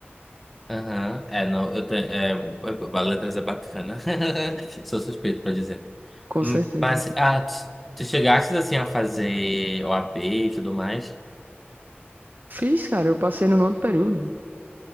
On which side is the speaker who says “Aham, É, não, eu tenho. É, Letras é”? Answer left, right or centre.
Centre